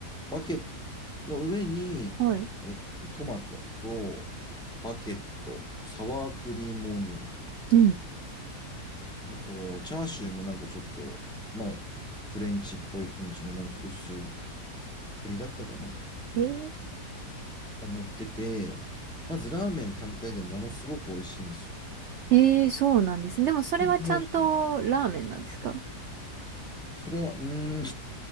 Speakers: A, in the centre; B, on the right.
A: バケッの上に、
B: ん。はい。
A: えっと、トマトと、バケット、サワークリームオニオン、
B: うん。
A: あと、チャーシューもなんかちょっと、まあ、フレンチっぽい感じのなんか薄い鶏だったかな
B: えー、
A: が乗ってて、まずラーメン単体でものすごく美味しいんですよ。
B: ええそうなんですね。でもそれはちゃんとラーメンなんですか
A: 本当に美味しいです。それは、うーん、